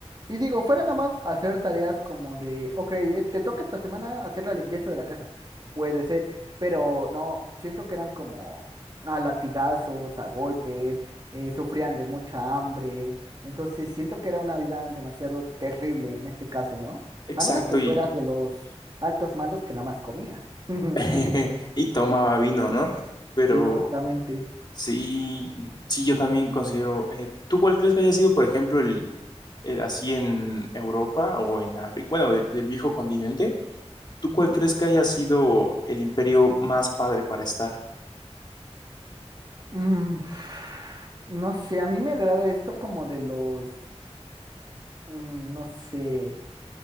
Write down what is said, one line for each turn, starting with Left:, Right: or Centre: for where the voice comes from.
Right: Y digo, fuera nomás hacer tareas como de, ok, eh, te toca esta semana hacer la limpieza de la casa. Puede ser, pero no, siento que eran como a latigazos, a golpes, eh, sufrían de mucha hambre. Entonces siento que era una vida demasiado terrible en este caso, ¿no?
Left: Exacto,
Right: A menos que fueras
Left: y,
Right: de los altos mandos que nada más comía. <laughs>
Left: <laughs> y tomaba vino, ¿no? Pero
Right: Sí, justamente.
Left: sí, sí, yo también considero, eh, ¿tú cuál crees que haya sido, por ejemplo, el eh, así en Europa o en África, bueno, del, del viejo continente, ¿tú
Right: Ujú.
Left: cuál crees que haya sido el imperio más padre para estar?
Right: Mm, <sighs> no sé, a mí me agrada esto como de los, mm, no sé.